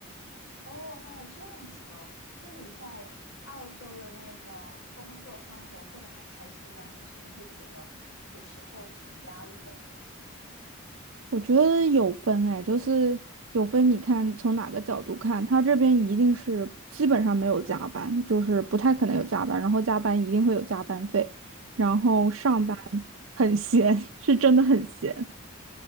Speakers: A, on the left; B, on the right.
A: 哦，还有这样子的哦，那你在澳洲的那个工作生活过得还开心吗？还是你会觉得有时候挺压力的，还是怎么样？
B: 我觉得有分哎，就是有分，你看从哪个角度看，他这边一定是基本上没有加班，就是不太可能有加班，然后加班一定会有加班费，然后上班
A: <laughs> 嗯，
B: 很闲，<laughs> 是真的很闲。